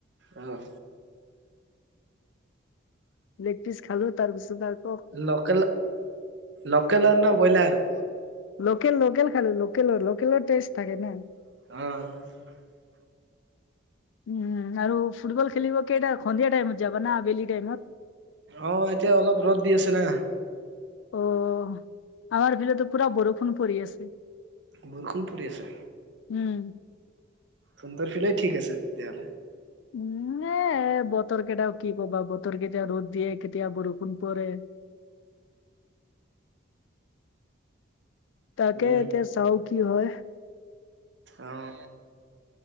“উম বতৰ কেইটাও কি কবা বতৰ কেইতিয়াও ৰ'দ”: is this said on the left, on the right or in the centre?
Left